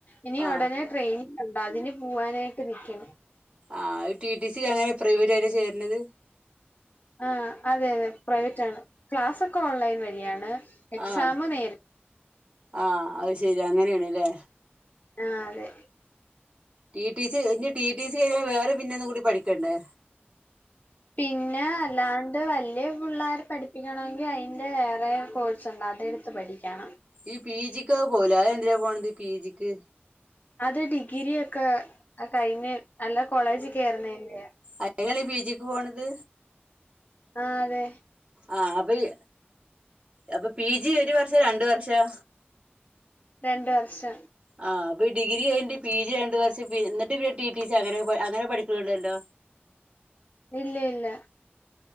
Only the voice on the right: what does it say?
ആഹ്
ആഹ് അത് ടി ടി സിക്ക് എങ്ങനെ പ്രൈവറ്റ് ആയിട്ടാ ചേര്നത്.
ആഹ്
ആഹ് അത് ശരിയാ അങ്ങനെണ് ലേ.
ടി ടി സി ഇഞ് ടി ടി സി ചെയ്യാൻ വേറെ പിന്നൊന്നും കൂടി പഠിക്കണ്ടേ?
ഈ പീ ജിക്ക് ഒക്കെ പോവൂലേ അത് എ ന്തിനാ പോണത് ഈ പീ ജിക്ക്?
അയിനാണീ പി ജിക്ക് പോണത്
ആഹ് അപ്പയ് അപ്പൊ പി ജി ഒരു വർഷോ രണ്ട് വർ ഷവോ
ആഹ് അപ്പോ ഡിഗ്രി കയിഞ്ഞിട്ട് പി ജി രണ്ട് വർഷം എന്നിട്ട് പിന്നെ ടി ടി സി അങ്ങനെ അങ്ങനെ പഠിക്കുന്നുണ്ടല്ലോ